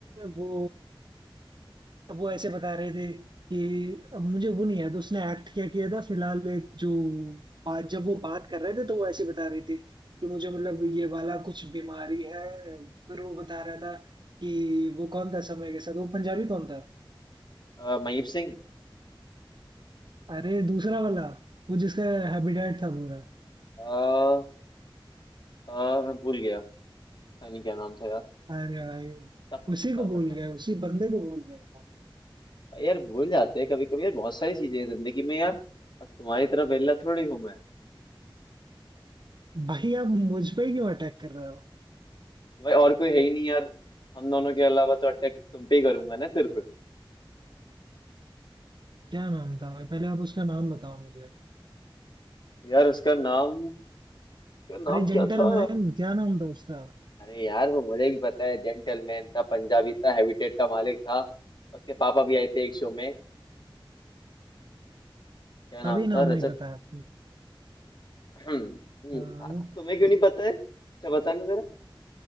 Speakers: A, on the right (about 55°); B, on the left (about 55°).
A: वो वो ऐसे बता रहे थे कि अब मुझे वो नहीं याद उसने एक्ट क्या किया था फिलहाल एक जो बात जब वो बात कर रहे थे तो वो ऐसे बता रही थी कि मुझे मतलब ये वाला कुछ बीमारी है फिर वो बता रहा था कि वो कौन था समय के साथ वो पंजाबी कौन था
B: अ, महीप सिंह
A: अरे दूसरा वाला वो जिसका हैबिटेट था पूरा
B: अ, अ, मैं भूल गया पता नहीं क्या नाम था यार
A: अरे भाई
B: टक
A: उसी
B: टक
A: को बोल
B: टक
A: गया उसी बंदे को बोल गया था
B: यार भूल जाते हैं कभी कभी यार बहुत सारी चीजें हैं जिंदगी में यार अब तुम्हारी तरह वेला थोड़ी हूँ मैं
A: भाई आप मुझ पे ही क्यों अटैक कर रहे हो
B: भाई और कोई है ही नहीं यार हम दोनों के अलावा तो अटैक तुम पे ही करूंगा ना सिर्फ
A: क्या नाम था भाई पहले आप उसका नाम बताओ मुझे
B: यार उसका नाम उसका नाम
A: अरे जेंटलमैन
B: क्या था
A: क्या नाम था उसका
B: अरे यार वो मुझे भी पता है जेंटलमैन था पंजाबी था हैबिटेट का मालिक था उसके पापा भी आए थे एक शो में क्या नाम
A: तभी नाम
B: था
A: नहीं
B: रजत
A: पता है आपको
B: <clears throat> आ, तुम्हें
A: हाँ,
B: क्यों नहीं पता है अच्छा बताना जरा